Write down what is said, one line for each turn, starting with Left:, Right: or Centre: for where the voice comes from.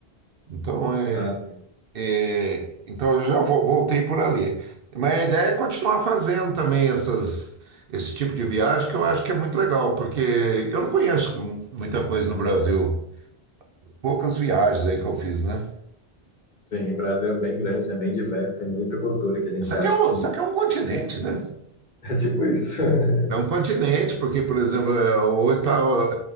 Right: Então, é,
Left: Ah, sim.
Right: é, então eu já vo- voltei por ali. Mas a ideia é continuar fazendo também essas, esse tipo de viagem, que eu acho que é muito legal, porque eu não conheço mu- muita coisa no Brasil. Poucas viagens aí que eu fiz, né?
Left: Sim, o Brasil é bem grande, né? Bem diverso, tem muita cultura que a gente
Right: Isso aqui
Left: acha
Right: é um,
Left: que
Right: isso aqui é um continente, né?
Left: <laughs> É tipo isso. <laughs>
Right: É um continente, porque, por exemplo, é, hoje estava